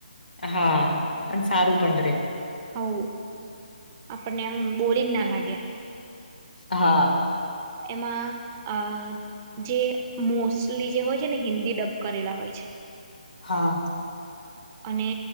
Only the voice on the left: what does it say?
હા, પણ સારું પણ રહે.
હા.
હા.